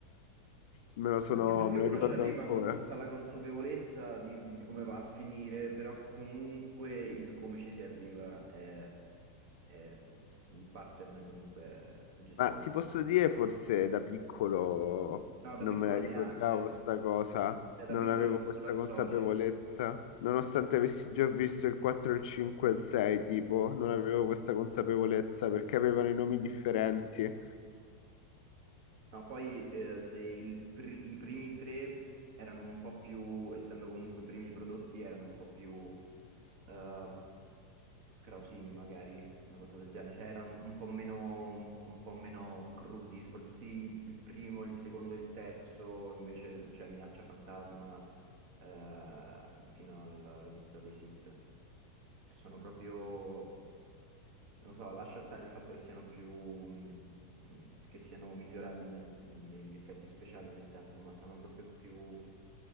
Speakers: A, on the left; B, on the right.
A: me lo sono,
B: Anche perché
A: me
B: uno
A: lo ricordo
B: ci arriva
A: ancora.
B: con tutta la consapevolezza di, di- di come va a finire, però comunque il come ci si arriva è, è un pattern comunque è gestito.
A: Ma ti posso
B: bene.
A: dire, forse da piccolo
B: No, da
A: non
B: piccolo
A: me la ricordavo
B: neanche,
A: sta cosa,
B: Cioè, da
A: non
B: piccolo
A: avevo
B: neanche
A: questa
B: lo associ.
A: consapevolezza,
B: Sì,
A: nonostante
B: sì, sì.
A: avessi già visto il 4, il 5 e il 6, tipo, non avevo questa consapevolezza perché avevano i nomi differenti.
B: No, poi eh, se il pri- i primi tre erano un po' più, essendo comunque i primi prodotti, erano un po' più eh, Krausini magari, una cosa del genere, cioè erano un po' meno, un po', un po' meno crudi, soprattutto i- il primo, il secondo e il terzo, invece c'è Minaccia Fantasma eh, fino alla Vendetta dei Sith, E sono proprio non so, lascia stare il fatto che siano più, mh, mh, che siano migliorati nel- negli effetti speciali nel tempo, ma sono proprio più